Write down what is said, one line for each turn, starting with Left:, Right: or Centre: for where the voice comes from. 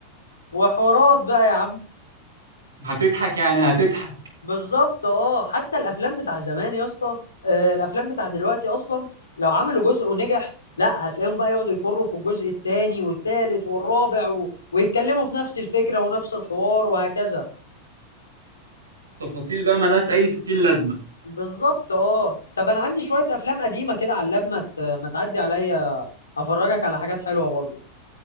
Left: وحوارات بقى يا عم
Right: هتضحك يعني هتضحك
Left: بالظبط اه حتى الافلام بتاع زمان يا اسطى آه، الافلام بتاع دلوقتي اصلا لو عملوا جزء ونجح لا هتلاقيهم بقى يقعدوا يكروا في الجزء الثاني والثالث والرابع و... ويتكلموا في نفس الفكرة ونفس الحوار وهكذا
Right: تفاصيل بقى ملهاش اي ستين لازمه
Left: بالظبط اه طب انا عندي شوية افلام قديمة كده على اللاب ما ت- ما تعدي عليا افرجك على حاجات حلوة برضو